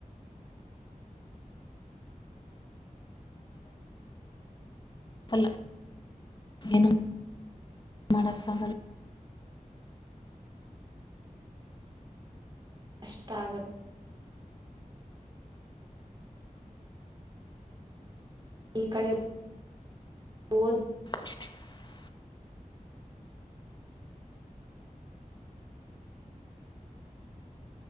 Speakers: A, on the left; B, on the right.
A: ತಲೋಏನು ಮಾಡಕ್ಕ ಬಲ್ಲ
B: ಅಷ್ಟಾವ ಈ ಕಡೆ ಓದ್
A: <inaudible>